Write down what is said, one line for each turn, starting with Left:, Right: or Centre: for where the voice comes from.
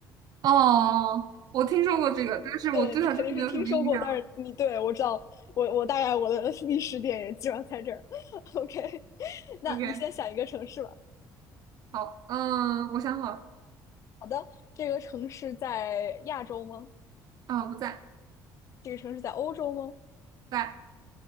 Right: 哦，我听说过这个，但是我对他真的没有什么印象。
Left: 对，你肯定是听说过，但是你对我知道，我我大概我的历史点也基本上在这儿。<laughs> OK，<laughs> 那你先想一个城市吧。
Right: OK。好，嗯，我想好了，
Left: 好的，这个城市在亚洲吗？
Right: 啊、不在，
Left: 这个城市在欧洲吗？
Right: 在，